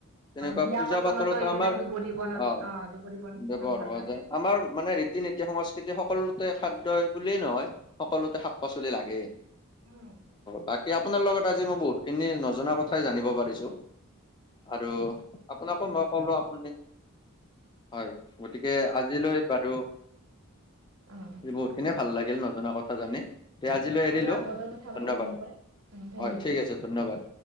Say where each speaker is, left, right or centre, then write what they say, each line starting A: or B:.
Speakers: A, on the left (about 20°); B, on the right (about 70°).
A: তেনেকুৱা
B: বিয়া
A: পূজা
B: পাৰ্বণতো
A: পাতলতো
B: এইবিলাক
A: আমাৰ
B: দুবৰি বনত
A: অ'
B: দুবৰি বন
A: ব্যৱহাৰ হোৱা
B: কৰা
A: যায়।
B: হয়
A: আমাৰ মানে ৰীতি নীতি সংস্কৃতি সকলোতে খাদ্যই বুলিয়েই নহয়। সকলোতে শাক পাচলি লাগে।
B: উম।
A: বাকী আপোনাৰ লগত আজি মই বহুতখিনি নজনা কথাই জানিব পাৰিছো। আৰু আপোনাকো মই ক'লো আপুনি হয়। গতিকে আজিলৈ বাৰু
B: অ
A: বহুতখিনিয়ে
B: অ হ'ব
A: ভাল লাগিল নজনা কথা জানি। এতিয়া আজিলৈ এৰিলো
B: আৰু আগলৈ কথা
A: ধন্যবাদ।
B: পাতিম এনেকৈ অ ধন্যবাদ
A: হয়, ঠিক আছে ধন্যবাদ।